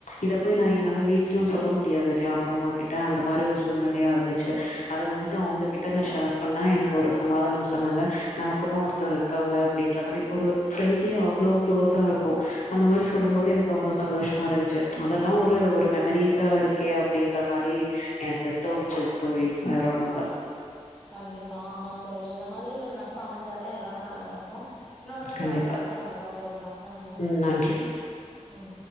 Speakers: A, on the left; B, in the centre.
A: இத போய் நா என்னால வீட்லயு சொல்ல முடியாது இல்லயா அப்பா அம்மா கிட் ட்டா அந்த மாரி ஒரு சூழ்நெலையா இருந்துச்சு அத வந்துட்டு அவுங்ககிட்ட நா ஷேர் பண்ணா எனக்கு ஒரு சமாதானம் சொன்னாங்க நமக்குன்னு ஒருத்தவே இருக்காங்க அப்டின்ற மாரி ஒரு ஃப்ரெண்ட்லியா அவ்ளோ க்ளோசா இருப்போ அந்த மாரி சொல்லும் போது எனக்கு அவ்ளோ சந்தோஷமா இருந்துச்சு அதெல்லா ஒரு மெமரிஸ் ஸா இருக்கே அப்டின்ற மாரி எனக்கு தோணுச்சுது தோழி வேற ஒண்ணு இல்ல
B: கண்டிப்பா ஆமா தோழி இந்த மாரி ஒரு நாள் ப்பா அமஞ்சாலே எல்லாமே நல்லதா இருக்கு இன்னொரு வாட்டி
A: கண்டிப்பா
B: வாய்ப்பு கெடைச்சா கண்டிப்பா பேசலாம் நன்றிங்க
A: ம்
B: தோழி
A: நன்றி
B: ஓ